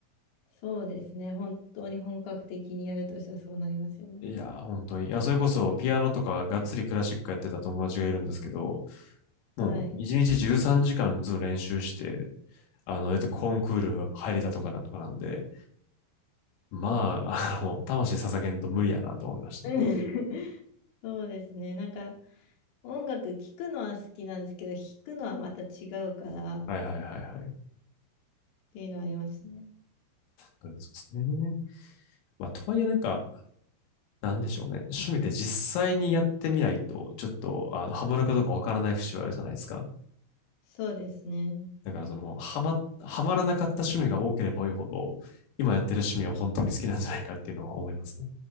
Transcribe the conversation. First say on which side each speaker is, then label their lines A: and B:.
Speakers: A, on the left; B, on the left.
A: そうですね。本当に本格的にやるとしたらそうなりますよね。
B: いやー、本当に。いや、それこそピアノとかがっつりクラシックやってた友達がいるんですけど、もう一日13時間ずっと練習して、
A: はい。
B: あの、やってコンクール入れたとかなとかなんで、まあ、あの、魂捧げんと無理やなと思いましたね。
A: うん <laughs> そうですね。なんか音楽聴くのは好きなんですけど、弾くのはまた違うからっ
B: はいはいはいはい。本
A: ていうのはありますね。
B: 当にそうですね。まあ、とはいえなんか、なんでしょうね。趣味って実際にやってみないと、ちょっと、あの、ハマるかどうかわからない節はあるじゃないですか。
A: そうですね。
B: だからその、はま、はまらなかった趣味が多ければ多いほど、今やってる趣味は本当に好きなんじゃないかっていうのは思いますね。